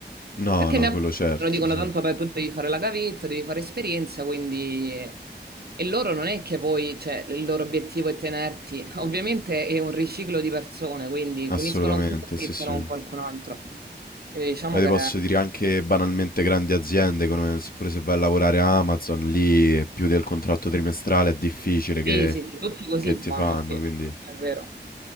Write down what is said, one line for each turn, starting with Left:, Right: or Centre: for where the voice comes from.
Left: No,
Right: Perché
Left: no,
Right: ne approfittano,
Left: quello certo,
Right: dicono
Left: sì.
Right: tanto per tu devi fare la gavetta, devi fare esperienza, quindi... E loro non è che poi, cioè, il loro obiettivo è tenerti, <laughs> ovviamente è un riciclo di persone, quindi
Left: Assolutamente,
Right: finiscono con te e
Left: sì,
Right: iniziano
Left: sì. Ma
Right: con qualcun altro. Quindi diciamo
Left: ti
Right: che
Left: posso dire anche banalmente grandi aziende, come, pure se vai a lavorare a Amazon, lì più del contratto trimestrale è difficile
Right: sì,
Left: che
Right: sì, sì, tutti così
Left: che
Right: fanno,
Left: ti fanno,
Right: sì, è
Left: quindi...
Right: vero.